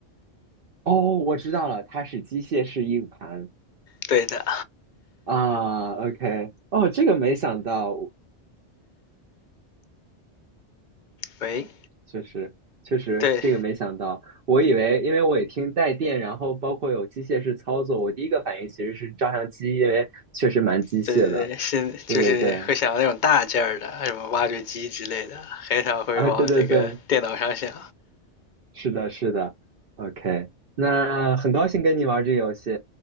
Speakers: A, on the right; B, on the left.
A: 哦，我知道了，它是机械式硬盘
B: 对的，
A: 啊。OK，哦，这个没想到，
B: 喂，
A: 确实，确实，
B: 对
A: 这个没想到。我以为，因为我也听带电，然后包括有机械式操作，我第一个反应其实是照相机，因为确实蛮机械的。
B: 对对对，是就是会想到那种大件儿的，
A: 对对对，
B: 什么挖掘机之类的，很少会往这个电脑上想。
A: 啊，对对对，是的，是的。OK，那很高兴跟你玩这个游戏。